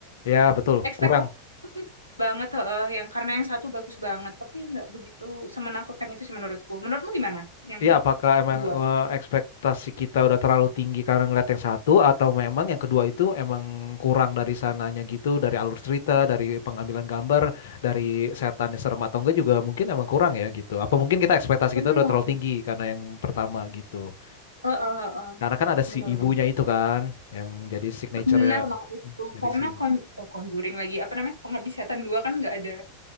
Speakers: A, on the left; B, on the right.
A: Iya betul,
B: ekspektasi
A: kurang.
B: tuh banget heeh, yang karena yang satu bagus banget tapi nggak begitu semenakutkan itu sih menurutku. Menurutmu gimana? Yang
A: Iya, apakah emang
B: dua?
A: eh, ekspektasi kita udah terlalu tinggi karena ngeliat yang satu atau memang yang kedua itu emang kurang dari sananya gitu, dari alur cerita, dari pengambilan gambar, dari setannya serem atau enggak juga mungkin emang kurang ya gitu. Apa mungkin kita ekspektasi
B: Benar.
A: kita udah terlalu tinggi karena yang pertama gitu.
B: Heeh, heeh.
A: Karena kan ada si
B: Benar,
A: ibunya
B: benar.
A: itu kan yang jadi signature
B: Benar
A: ya.
B: lah itu.
A: Jadi
B: Karena
A: si ibu.
B: kon oh, Conjuring lagi apa namanya? Pengabdi Setan 2 kan nggak ada